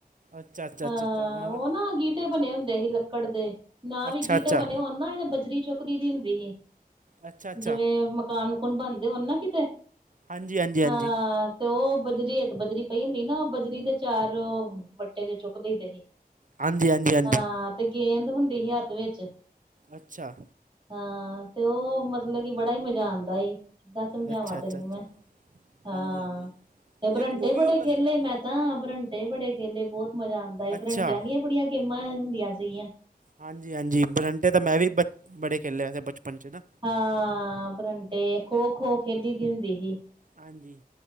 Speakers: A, on the right; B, on the right.
A: ਅੱਛਾ ਅੱਛਾ
B: ਹਾਂ
A: ਅੱਛਾ ਅੱਛਾ ਮਤਲਬ
B: ਉਹ ਨਾਂ ਗੀਟੇ ਬਣੇ ਹੁੰਦੇ ਸੀ ਲੱਕੜ ਦੇ ਨਾਂ
A: ਅੱਛਾ
B: ਵੀ ਗੀ
A: ਅੱਛਾ
B: ਨਾ ਇਤੇ ਬਜਰੀ ਚੁੱਕਦੀ ਦੀ ਹੁੰਦੀ ਏ।
A: ਅੱਛਾ ਅੱਛਾ
B: ਜਿਵੇਂ ਮਕਾਨ-ਮਕੂਨ ਬਣਦੇ ਹੋਣ ਨਾਂ ਕਿਤੇ
A: ਹਾਂਜੀ ਹਾਂਜੀ ਹਾਂਜੀ
B: ਹਾਂ। ਤੇ ਉਹ ਬਜਰੀਏਤ ਬਜਰੀ ਪਈ ਹੁੰਦੀ ਨਾਂ ਬਜਰੀ ਦੇ ਚਾਰ ਉਹ ਬੱਟੇ ਜੇ ਚੁੱਕਦੇ ਦੇਈ ਦੇ ਸੀ
A: ਹਾਂਜੀ ਹਾਂਜੀ ਹਾਂਜੀ
B: ਹਾਂ। ਤੇ ਗੇਂਦ ਹੁੰਦੀ ਸੀ ਹੱਥ ਵਿੱਚ।
A: ਅੱਛਾ।
B: ਹਾਂ ਤੇ ਉਹ ਮਤਲਬ ਕਿ ਬੜਾ ਹੀ ਮਜ਼ਾ ਆਂਦਾ ਏ ਕਿੱਦਾਂ ਸਮਝਾਵਾਂ
A: ਅੱਛਾ ਅੱਛਾ
B: ਤੈਨੂੰ
A: ਅੱਛਾ
B: ਮੈਂ। ਹਾਂ।
A: ਹਾਂਜੀ ਹਾਂਜੀ
B: ਬਰੰਟੇ
A: ਇੱਕ ਉਹ ਵੀ
B: ਬੜੇ
A: ਹੁੰਦਾ
B: ਖੇਲੇ
A: ਸੀ ਨਾ
B: ਮੈਂ ਤਾਂ ਬਰੰਟੇ ਬੜੇ ਖੇਲੇ ਬੋਤ ਮਜ਼ਾ ਆਂਦਾ ਏ ਬਰੰਟਿਆਂ
A: ਅੱਛਾ
B: ਦੀਆ ਬੜੀਆਂ ਗੇਮਾਂ ਹੁੰਦੀਆਂ ਸੀਗੀਆਂ।
A: ਹਾਂਜੀ-ਹਾਂਜੀ ਬਰੰਟੇ ਤਾਂ ਮੈਂ ਵੀ ਬ ਬੜੇ ਖੇਲੇ ਆ ਇਥੇ ਬਚਪਨ ਚ ਨਾ।
B: ਹਾਂ ਬਰੰਟੇ, ਖੋ-ਖੋ ਖੇਡੀ ਦੀ ਹੁੰਦੀ ਹੀ।
A: ਹਾਂਜੀ।